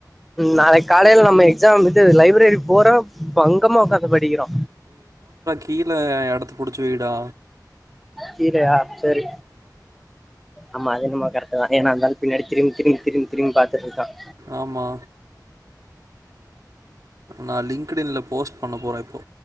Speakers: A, in the centre; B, on the right.
A: நாளைக்கு காலைல நம்ம எக்ஸாம் விட்டு லைப்ரரி போறோம் பங்கமா உட்காத்து படிக்கிறோ
B: கீழ இடத்த புடிச்சி வெய்டா
A: கீழயா செர் ஆமா அது என்னமா க ஏன்னா அந்தாலு பின்னாடி திரும்பி திரும்பி திரும்பி திரும்பி பாத்துட்டு இருக்கான்
B: ஆமா நான் லிங்ட் இன்ல போஸ்ட் பண்ண போறே இப்போ